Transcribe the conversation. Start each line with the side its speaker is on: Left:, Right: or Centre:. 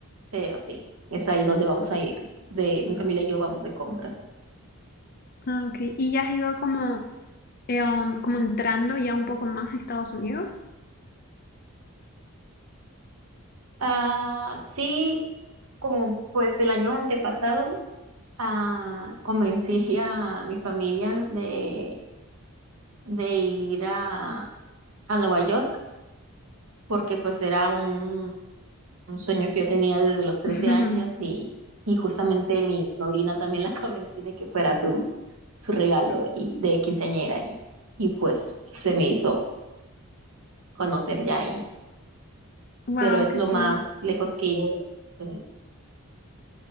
Right: pero sí, es ahí donde vamos a ir. De mi familia y yo vamos de compras.
Left: Ah, ok, y ya has ido como, eh, um, como entrando ya un poco más a Estados Unidos.
Right: Ah, sí, como pues el año antepasado, ah, convencí a mi familia de, de ir a, a Nueva York porque pues era un un sueño que yo tenía desde los trece
Left: <laughs>
Right: años y, y justamente mi sobrina también la <laughs> convencí de que fuera su, su regalo y, de quinceañera y, y pues se me hizo conocer ya ahí,
Left: Wow,
Right: pero es
Left: qué
Right: lo
Left: cool.
Right: más lejos que he ido. Son-